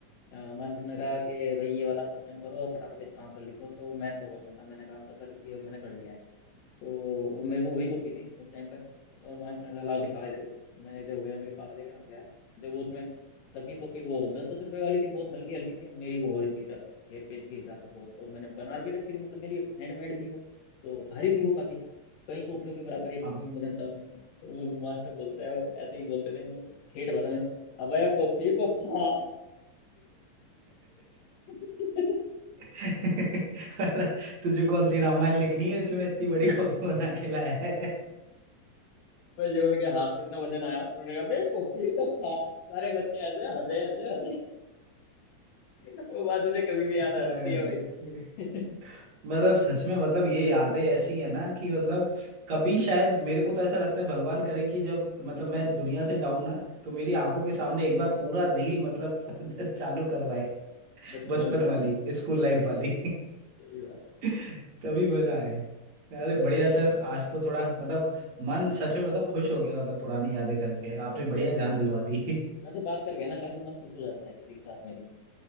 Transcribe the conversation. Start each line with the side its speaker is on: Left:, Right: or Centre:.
Left: अ, मास्टर ने कहा कि भाई ये वाला क्वेश्चन करो और फटाफट इसका आंसर लिखो तो मैथ का क्वेश्चन था मैंने कहा मगर सर ये मैंने कर लिया है तो वो मेरे को वही कॉपी थी उस टाइम पे और मास्टर ने कहा लाओ दिखा इधर को मैं जब गया उनके पास लेके उन्होंने कहा जब वो उसमें सबकी कॉपी वो दस दस रुपए वाली थी बहुत हल्की हल्की थी मेरी वो हो रही थी हेयर पेज के हिसाब से बहुत और मैंने बना भी रखी थी मतलब मेरी हैंडमेड थी वो तो भारी थी वो काफी कई कॉफियों के बराबर एक
Right: हाँ
Left: कॉफी में वजन था उसमें तो वो मास्टर बोलता है वो ऐसे ही बोलते थे मतलब ठेठ भाषा में अब कॉफी को फा <laughs>
Right: <laughs> तुझे कौन सी रामायण लिखनी है इसमें इतनी बड़ी कॉपी बना के लाया है
Left: पर जब उनके हाथ में इतना वजन आया तो उन्होंने कहा बे कॉपी को खा सारे बच्चे ऐसे हंसे हंसे हंसे <laughs> वो बात मुझे कभी भी याद आ
Right: अरे
Left: जाती है
Right: भाई
Left: भाई <laughs>
Right: मतलब सच में मतलब ये यादें ऐसी है ना कि मतलब कभी शायद मेरे को तो ऐसा लगता है भगवान करे कि जब मतलब मैं दुनिया से जाऊं ना तो मेरी आंखों के सामने एक बार पूरा रील मतलब <laughs> चालू करवाए
Left: बचपन
Right: बचपन
Left: वाली
Right: वाली स्कूल लाइफ
Left: बिल्कुल
Right: वाली
Left: बिल्कुल, सही बात है
Right: <laughs> तभी मजा आए
Left: हम्म।
Right: अरे बढ़िया सर आज तो थोड़ा मतलब मन सच में मतलब खुश हो गया मतलब पुरानी यादें करके आपने बढ़िया ध्यान दिलवा दी
Left: वैसे बात करके ना काफी मन खुश हो जाता है किसी के साथ में भी